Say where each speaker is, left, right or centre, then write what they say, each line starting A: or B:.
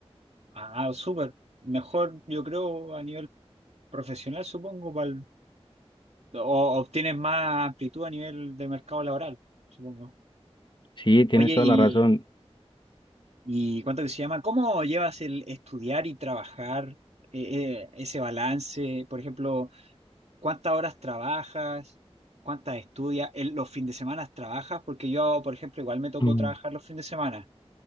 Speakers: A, on the right; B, on the left.
A: Ah, súper. Mejor, yo creo, a nivel profesional, supongo, pa'l- o obtienes más amplitud a nivel de mercado laboral, supongo.
B: Sí, tienes
A: Oye,
B: toda
A: ¿y,
B: la razón.
A: y cuánto que se llama? ¿Cómo llevas el estudiar y trabajar, eh, eh, ese balance? Por ejemplo, ¿cuántas horas trabajas? ¿Cuántas estudias? ¿El- ¿Los fines de semana trabajas? Porque yo, por ejemplo, igual me tocó
B: Mm.
A: trabajar los fines de semana.